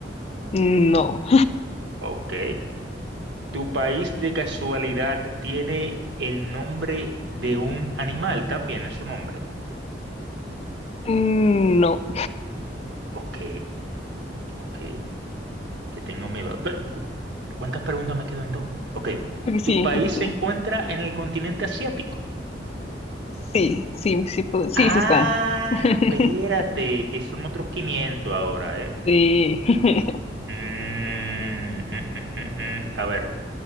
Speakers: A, on the left; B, on the right.
A: no,
B: Ok. ¿Tu país de casualidad tiene el nombre de un animal también en su nombre?
A: <laughs> no.
B: Ok, ok, que tengo miedo. Pe- bu- ¿Cuántas preguntas me quedan dos? Ok,
A: Creo que sí,
B: ¿tu país
A: creo que sí.
B: se encuentra en el continente asiático?
A: Sí, sí, sí, puedo- sí,
B: Ah,
A: sí está. <laughs>
B: espérate, que son otros 500 ahora, ¿eh?
A: Sí, <laughs>
B: Mm, mm, mm, mm, mm. A ver.